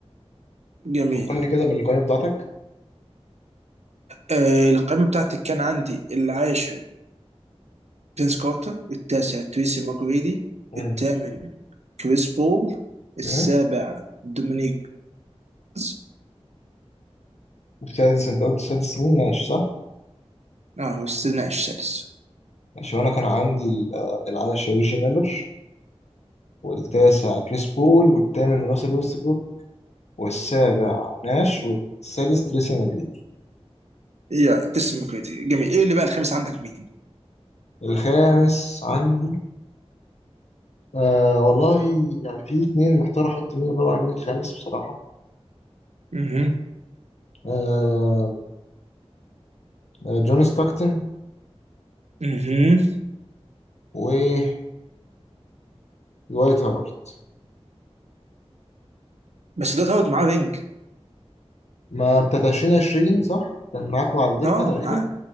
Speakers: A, on the right; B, on the left.
A: جميل
B: فكرني كده بالقائمه بتاعتك
A: آه القائمة بتاعتي كان عندي العاشر فينس كارتر التاسع تريسي ماجريدي
B: امم
A: الثامن كريس بول السابع
B: ايه
A: دومينيك كوز.
B: السادس انت قلت السادس مين ماشي صح؟
A: اه واستثناء السادس
B: ماشي وانا كان عندي ال- آه، العاشر ريجي ميلر والتاسع كريس بول والثامن راسل ويست والسابع ناش والسادس تريسي مدريدي
A: يا تريسي ماجريدي جميل ايه اللي بقى الخامس عندك مين؟
B: الخامس عندي آه والله يعني في اتنين محتار احط مين الرابع مين الخامس بصراحة
A: اها
B: آه آه، جون ستاكتن
A: اها
B: ودوايت هاورد
A: بس ده تعود معاه رينج
B: ما بتاعت 2020 صح؟ كان معاكوا على الدكة
A: اه
B: تقريبا
A: معاه